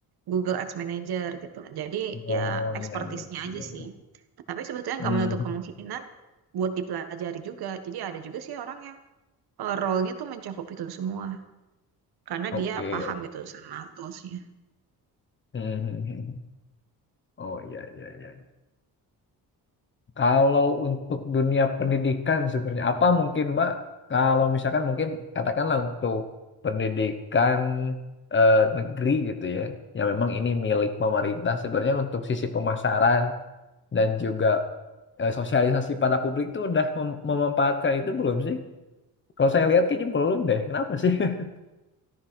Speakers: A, on the right; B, on the left.
A: Google Ads Manager gitu. Jadi
B: oh
A: ya expertise-nya
B: iya iya iya
A: aja
B: iya.
A: sih. Tapi sebetulnya
B: Hmm,
A: nggak menutup kemungkinan buat dipelajari juga. Jadi ada juga sih orang yang eh, role-nya tuh mencakup itu semua karena
B: oke
A: dia paham
B: oke.
A: gitu sama tools-nya.
B: Hmm, hmm, hmm. hmm. oh iya iya iya Kalau untuk dunia pendidikan sebenarnya apa mungkin Mbak? Kalau misalkan mungkin katakanlah untuk pendidikan eh, negeri gitu ya, yang memang ini milik pemerintah sebenarnya untuk sisi pemasaran dan juga eh, sosialisasi pada publik itu udah mem- memanfaatkan itu belum sih? Kalau saya lihat kayaknya belum deh. Kenapa sih? <laughs>